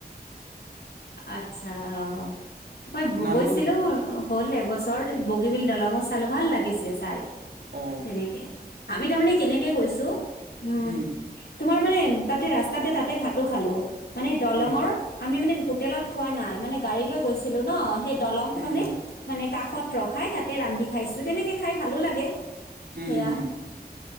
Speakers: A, on the left (about 80°); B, on the right (about 65°).
A: আচ্ছা অ', মই ভু
B: নামৰূপ
A: গৈছিলো। হ'ল এবছৰ বগীবিল দলঙো চালো, ভাল লাগিছে চাই
B: অ
A: তেনেকে। আমি তাৰমানে কেনেকে গৈছো উম,
B: হুম
A: তোমাৰ মানে তাতে ৰাস্তাটে তাতে ভাত খালো মানে দলংৰ,
B: হুম
A: আমি মানে হো হোটেলত খোৱা নাই মানে গাড়ী লৈ গৈছিলো ন, সেই দলং
B: হুম
A: খনে
B: হুম
A: মানে কাষত ৰখাই, তাতে ৰান্ধি খাইছো, তেনেকে খাই ভালো লাগে
B: হুম
A: সেয়া।
B: হুম